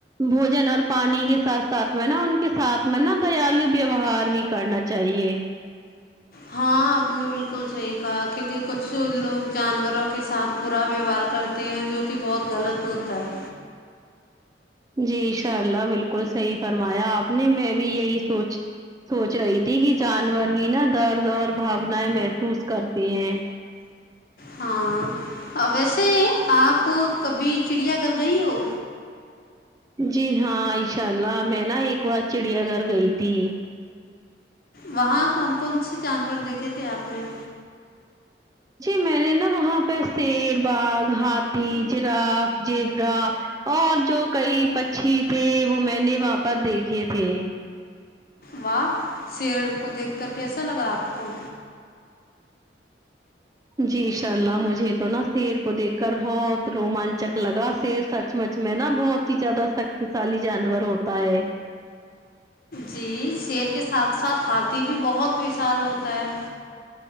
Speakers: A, on the right; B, on the left.
A: بوجن اور پانی کے ساتھ ساتھ میں نا ان کے ساتھ میں نا دیالو ویوہار بھی کرنا چاہیے
B: ہاں آپ نے بالکل صحیح کہا کیونکہ کچھ لوگ جانوروں کے ساتھ برا ویوہار کر تے ہیں جو کی بہت غلط ہوتا ہے
A: جی انشاء اللہ بالکل صحیح فرمایا آپ نے میں بھی یہی سوچ سوچ رہی تھی کہ جانور بھی نا درد اور بھاونائیں محسوس کرتے ہیں
B: ہاں ویسے آپ کبھی چڑیا گھر گئی ہو
A: جی ہاں انشاء اللہ میں نا ایک بار چڑیا گھر گئی تھی
B: وہاں کون کون سے جانور دیکھے تھے آپ نے
A: جی میں نے نا وہاں پے شیر باغ ہاتھی جراف جیبرا اور جو کئی پچھی تھے وہ میں نے وہاں پر دیکھے تھے
B: واہ شیر کو دیکھ کر کیسا لگا آپ کو
A: جی انشاء اللہ مجھے تو نا شیر کو دیکھ کر بہت رومانچک لگا شیر سچ سچ مچ میں نا بہت ہی زیادہ شکتیشالی جانور ہوتا ہے
B: جی شیر کے ساتھ ساتھ ہاتھی بھی بہت وشال ہوتا ہے